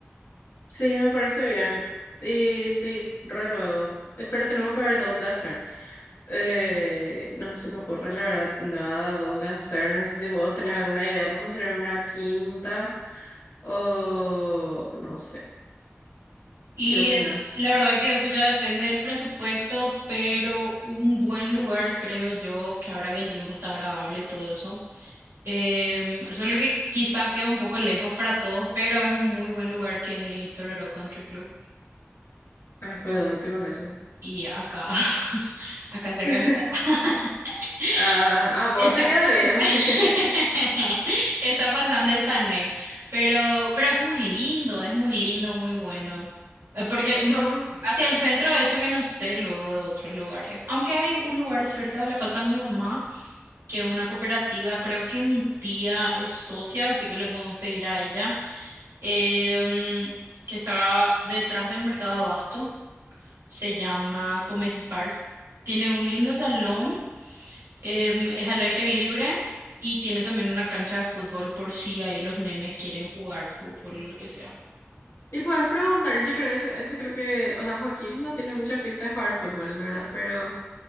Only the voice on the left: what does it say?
Sí, me parece bien. Y sí, re luego. Pero tenemos que ver dónde hacer. Eh, no se me ocurre la verdad nada dónde hacer. No sé si vos tenés alguna idea. ¿Podemos hacer en una quinta? O no sé.
¿Qué opinas?
Ay, juez, ¿dónde pico es eso?
<laughs>
Ah, a vos
te queda bien.
<laughs> Y
podemos.
Y puedes preguntar. Yo creo eso, eso creo que. O sea, Joaquín no tiene mucha pinta de jugar fútbol, ¿verdad? Pero